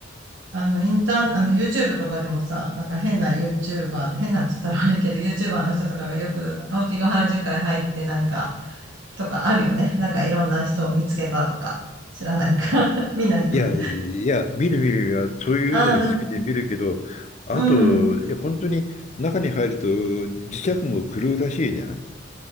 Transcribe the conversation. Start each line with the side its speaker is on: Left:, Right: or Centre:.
Right: あの、インターン、あの、YouTube とかでもさ、なんか変な YouTuber、変なって言ったら悪いけど、YouTuber の人とかがよく、青木ヶ原樹海入ってなんか、とかあるよね。なんかいろんな人を見つけたとか、知らないか。<laughs> 見ないか。
Left: いや、いや、見る見るよ、そういうのも好きで見るけど、
Right: ああ、
Left: あと、
Right: うん。
Left: いや、本当に中に入ると磁石も狂うらしいじゃん。